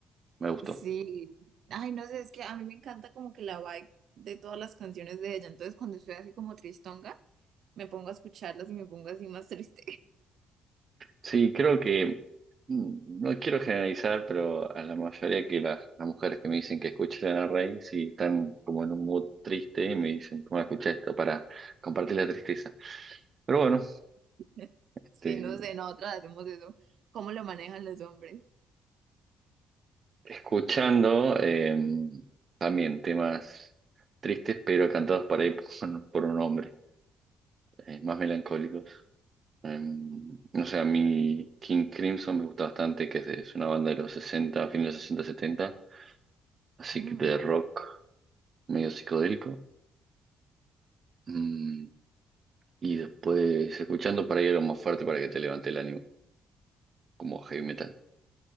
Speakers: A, on the right; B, on the right.
A: Me gustó.
B: Sí, ay, no sé, es que a mí me encanta como que la vibe de todas las canciones de ella, entonces cuando estoy así como tristonga, me pongo a escucharlas y me pongo así más triste.
A: Sí, creo que, mm, no quiero generalizar, pero a la mayoría que las, las mujeres que me dicen que escuchen a Rey, si están como en un mood triste, me dicen, toma, escucha esto para compartir la tristeza. Pero bueno,
B: <laughs>
A: este,
B: Sí, no sé, nosotras hacemos eso, ¿cómo lo manejan los hombres?
A: Escuchando eh, también temas tristes, pero cantados por ahí por, por un hombre, eh, más melancólicos. Eh, no sé, a mí King Crimson me gusta bastante, que es, de- es una banda de los sesenta fines de los 60 setenta así
B: Mm.
A: que de rock medio psicodélico. Mm, y después escuchando por ahí algo más fuerte para que te levante el ánimo, como heavy metal.